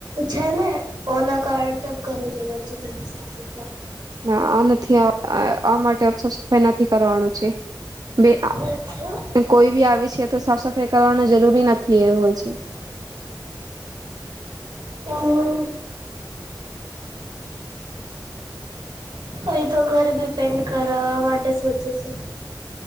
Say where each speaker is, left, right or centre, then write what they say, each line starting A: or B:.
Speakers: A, on the right (about 70°); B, on the right (about 55°).
A: છે ને ઓના કારણ તમ કરી રિયા છો તમે સાફ સફાઈ.
B: ના આ નથી આ આ માટે સાફ સફાઈ નથી કરવાનું છે બે આ
A: અચ્છા
B: કોઈ બી આવી છે તો સાફ સફાઈ કરવાનો જરૂરી નથી એ હોય છે.
A: હમ અહી તો ઘર બી પેન્ટ કરાવવા માટે સોચે છે.